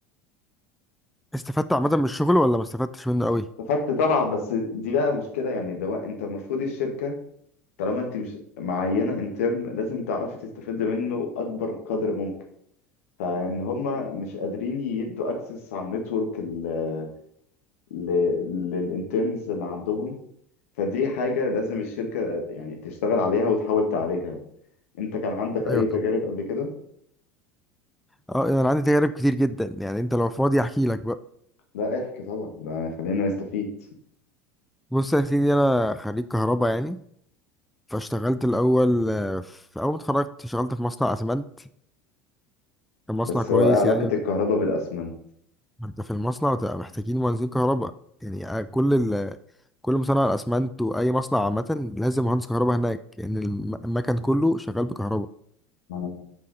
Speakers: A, in the centre; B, on the left.
A: استفدت عامة من الشغل ولا ما استفدتش منه قوي
B: استفدت طبعا بس دي بقى مشكله يعني اللي هو انت المفروض الشركه طالما انت مش معينه انترن لازم تعرفي تستفيد منه اكبر قدر ممكن فان هما مش قادرين يدوا اكسس على النتورك ال- ل- للانترنز اللي عندهم فدي حاجة لازم الشركة يعني تشتغل عليها وتحاول تعالجها انت كان عندك
A: ايوه
B: اي
A: طبعا
B: تجارب قبل كده؟
A: اه يعني انا عندي تجارب كتير جدا يعني انت لو فاضي احكي لك بقى
B: لا احكي طبعا ده خلينا نستفيد
A: بص يا سيدي انا خريج كهرباء يعني فاشتغلت الاول آه، في اول ما اتخرجت اشتغلت في مصنع اسمنت كان مصنع
B: بس
A: كويس
B: هو ايه علاقة
A: يعني
B: الكهرباء بالاسمنت
A: انت في المصنع بتبقى محتاجين مهندسين كهرباء يعني كل ال... كل مصنع الاسمنت واي مصنع عامه لازم مهندس كهرباء هناك لان الم- المكن كله شغال بكهرباء
B: آه.